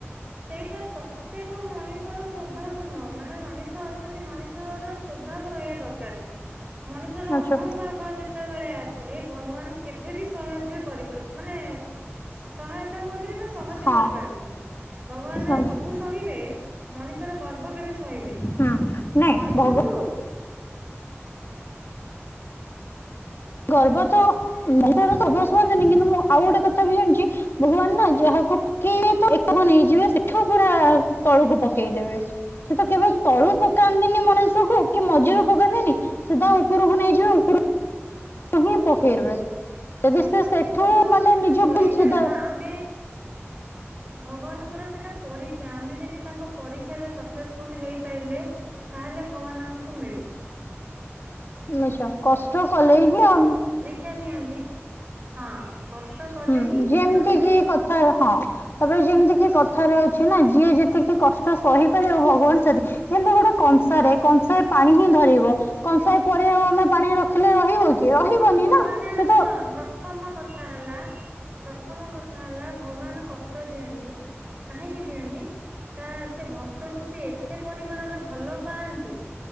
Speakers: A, on the right; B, on the left.
A: ସେଇଟା ପ୍ରତ୍ୟେକ ମଣିଷର ସ୍ୱଭାବ ନୁହଁ ମାନେ ମଣିଷ ଅଛନ୍ତି ମଣିଷର ସ୍ଵଭାବ ରହିବା ଦରକାର। ମଣିଷର
B: ଆଚ୍ଛା।
A: ଅହଙ୍କାର ଯେତ ସେତେବେଳେ ଆସେ ଭଗବାନ କେଭେବି ସହଯ୍ୟ କରିପାରୁ ମାନେ ସହାୟତା ହୁଅନ୍ତିନି ବା ସହଯ୍ୟ
B: ହଁ
A: କରିପାରନ୍ତିନି। ଭଗବାନ
B: ଆଚ୍ଛା।
A: ସବୁ ସହିବେ ମଣିଷର ଗର୍ବ କେବେ ସହିବେନି
B: ହୁଁ ନାଇଁ
A: ମଣିଷ
B: ଭଗବାନ
A: ହଉ
B: ଗର୍ବ <unintelligible> କିନ୍ତୁ ମୁଁ ଆଉ ଗୋଟେ କଥା ବି ଜାଣିଛି ଭଗବାନ ନା ଯାହା ପକେଇ ତ <unintelligible> ନେଇଯିବେ ଏଠୁ ପୁରା ତଳକୁ ପଶ ପେଇଦେବେ ସେ ତ କେବେ ତଳୁ ପକାନ୍ତିନି ମଣିଷକୁ କି ମଝିରୁ ପକାନ୍ତିନି ସିଧା ଉପରକୁ ନେଇଯିବେ ଉପରୁ ତୁ ହିଁ ପକେଇବେ ଯଦି ସେ ସେଠୁ
A: ଭଗବାନଙ୍କର
B: ମାନେ
A: ସେଟା
B: ନିଜ
A: ପରୀକ୍ଷାରେ
B: ଭୁଲ ସୁଧା
A: ମା ଆମେ ଭଗବାନଙ୍କର ସେଟା ପରୀକ୍ଷା ଆମେ ଯଦି ତାଙ୍କ ପରୀକ୍ଷାରେ ସକ୍ସେସଫୁଲ ହେଇପାରିଲେ ତାହେଲେ ଭଗବାନ ଆମକୁ ମିଳିବେ।
B: ଆଛା। କଷ୍ଟ କଲେ ହିଁ ଆଉ
A: କ୍ଷା ନିଅନ୍ତି ହଁ। କଷ୍ଟ କଲେ
B: ହୁଁ
A: ହିଁ
B: ଯେମିତି
A: କୃଷ୍ଣ ମିଳନ୍ତି
B: କି କଥା ହଁ ତାପରେ ଯେମିତି କଥ କଥା ରେ ଅଛି ନା ଯିଏ ଯେତିକି କଷ୍ଟ ସହିପାରିବ ଭଗବାନ ସେତ କିନ୍ତୁ ଗୋଟେ କଂସାରେ କଂସାରେ ପାଣି ହିଁ ଧରିବ କଂସାଏ ପରିବାଲା ଆମେ ପାଣି ରଖିଲେ ଧରିବ କି? କିଏ ରହିବନି
A: ଭଗବାନ
B: ନା ସେ
A: ଶୁଣ
B: ତ
A: ପ୍ରଥମ କଥା ହେଲା ପ୍ରଥମ କଥା ହେଲା ଭଗବାନ କଷ୍ଟ ଦିଅନ୍ତି କାହିଁକି ଦିଅନ୍ତି ତା ସେ ଭକ୍ତକୁ ସେ ଏତେ ପରିମାଣରେ ଭଲ ପାଆନ୍ତି।